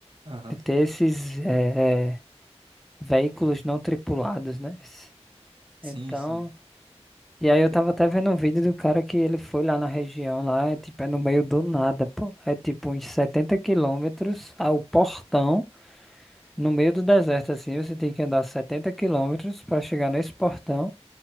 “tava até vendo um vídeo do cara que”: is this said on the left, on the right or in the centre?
Centre